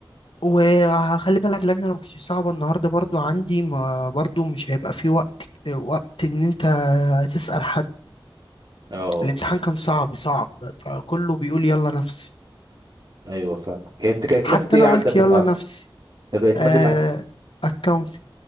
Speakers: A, on the left; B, on the right.
A: وخلي بالك اللجنة لو كانت صعبة النهاردة برضو عندي ما برضو مش هيبقى في وقت وقت إن أنت تسأل حد
B: اه
A: الامتحان كان صعب صعب فكله بيقول يلا نفسي
B: ايوه فاهم هي انت كانت
A: حتى
B: ماده
A: أنا
B: ايه عندك
A: قلت يلا
B: النهارده
A: نفسي
B: انت كانت
A: آه
B: ماده عندك
A: أكاونتنج